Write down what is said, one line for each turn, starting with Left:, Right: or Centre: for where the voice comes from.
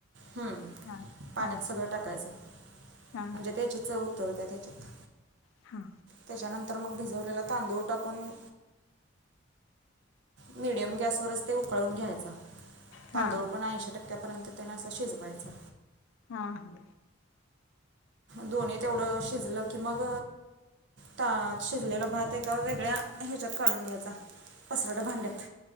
Right: हम्म
Left: हा
Right: पाण्यात
Left: हा
Right: सगळं टाकायचं
Left: हा
Right: म्हणजे
Left: हा
Right: त्याची चव करू दया त्याच्यात
Left: हा
Right: त्याच्यानंतर मग भिजवलेला तांदूळ टाकून मीडियम गॅस वरच ते उकळून घ्यायचा
Left: हा
Right: तांदूळ पण ऐंशी टक्क्यापर्यंत त्यांना असा शिजवायचा
Left: हा हं
Right: दोन्ही तेवढं शिजलं कि मग त्यात शिजलेला भात एका वेगळ्या ह्याच्यात काढून घ्यायचा पसरट भांड्यात